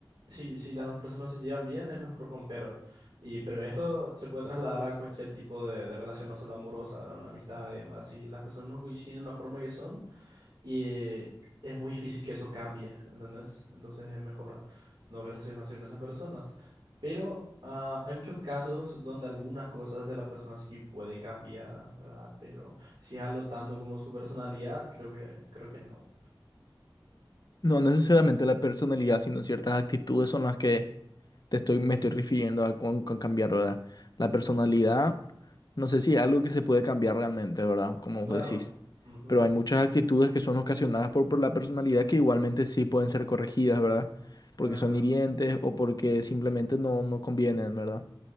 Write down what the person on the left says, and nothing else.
No, no necesariamente la personalidad, sino ciertas actitudes son las que te estoy, me estoy refiriendo a con, con cambiar, ¿verdad? La personalidad,
no sé si es algo que se puede cambiar realmente, ¿verdad? Como
vos decís.
Pero hay muchas actitudes que son ocasionadas por, por la personalidad que igualmente sí pueden ser corregidas, ¿verdad?
Porque son
hirientes o porque simplemente no, no convienen, ¿verdad?